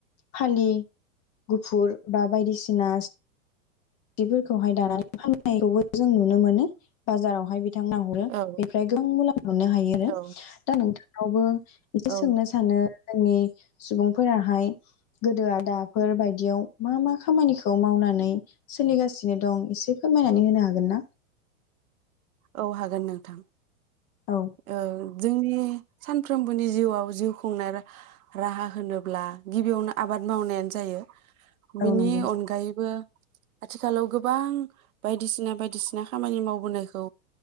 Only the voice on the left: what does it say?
फालि गुफुर बा बायदिसि सिना जिफोरखौहाय दानानै फाननायखौबो जों नुनो मोनो। बाजारावहाय बिदि बिथांमोना हरो
बेनिफ्राय गोबां मुलाम्फा मोननो हायो आरो
दा नोंथांनावबो एसे
सोंनो सानो आरो जोंनि सुबुंफोराहाय गोदो दाफोर बायदियाव मा मा खामानिखौ मावनानै सोलिगासिनो दं एसे फोरमायनानै होनो हागोन ना?
औ
औ नंगौ